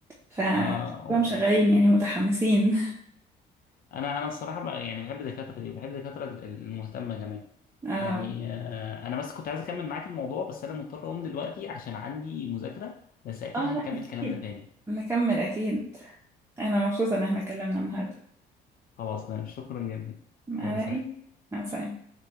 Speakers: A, on the right; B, on the left.
A: ف
B: اه و-
A: هم شغالين يعني متحمسين
B: انا انا الصراحه بقى يعني بحب الدكاتره دي وبحب الدكاتره ال- المهتمه كمان
A: <laughs> اه
B: يعني آه انا بس كنت عايز اكمل معاك الموضوع بس انا مضطر اقوم دلوقتي عشان عندي مذاكره بس اكيد
A: اه
B: هنكمل
A: لا اكيد
B: كلامنا تاني
A: نكمل اكيد انا مبسوطة ان احنا اتكلمنا النهاردة
B: خلاص تمام شكرا جدا
A: ما
B: يلا
A: على
B: سلام
A: ايه مع السلامة